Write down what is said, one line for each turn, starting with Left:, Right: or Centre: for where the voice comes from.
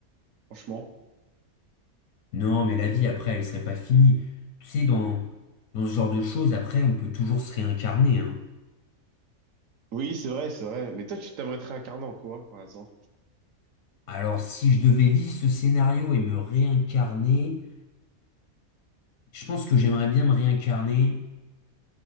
Right: franchement.
Left: Non, mais la vie après, elle serait pas finie. Tu sais, dans, dans ce genre de choses, après, on peut toujours se réincarner, hein.
Right: Oui, c'est vrai, c'est vrai. Mais toi, tu t'aimerais te réincarner en quoi, par exemple?
Left: Alors, si je devais vivre ce scénario et me réincarner, je pense que j'aimerais bien me réincarner